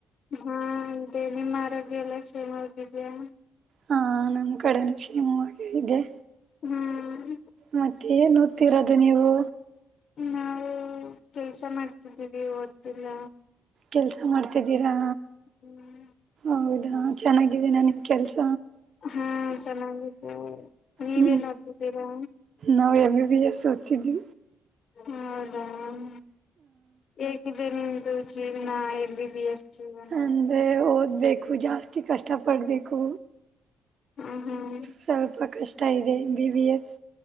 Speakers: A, on the left; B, on the right.
A: ಹಾ ಇದೆ ನಿಮ್ಮ ಆರೋಗ್ಯ ಎಲ್ಲ ಚನ್ನಾಗಿದ್ಯಾ
B: ಹಾ ನಮ ಕಡೆನುೂ ಕ್ಷೇಮವ ಇದೆ
A: ಹ್ಮ್
B: ಮತ್ತೆ ನ ಓದತಿರೋದು ನೀವು
A: ನಾವವು ಕೆಲ್ಸ ಮಾಡ್ತಿದ್ದೀವಿ ಓದ್ತಿಲ್ಲ
B: ಕೆಲ್ಸ ಮಾಡ್ತಿದ್ದೀರಾ
A: ಹ್ಮ್
B: ಹೌದಾ ಚೆನ್ನಾಗಿದ್ದೀ ನ ನಿಮ್ ಕೆಲ್ಸ
A: ಹಾ ಚೆನ್ನಾಗಿದ್ದೆ ನೀವೇನ್
B: ಹ್ಮ
A: ಓದ್ತಿದ್ದೀರಾ
B: ನಾವು MB B S K G
A: ಹದ ಹ್ಮ ಹೇಗಿದೆನೆ ಜೀವನ ಬಿ ಬಿ ಎಸ್ ಜೀವನ
B: ಅಂದ್ರೆ ಓದು ಓದ ಬೇಕು ಜಾಸ್ತಿ ಕಷ್ಟ ಪಡ್ಬೇಕು
A: ಹ್ಮ್ ಹ್ಮ್
B: ಸ್ವಲ್ಪ ಕಷ್ಟ ತ ಇದೆ ಬಿ ಬಿ ಎಸ್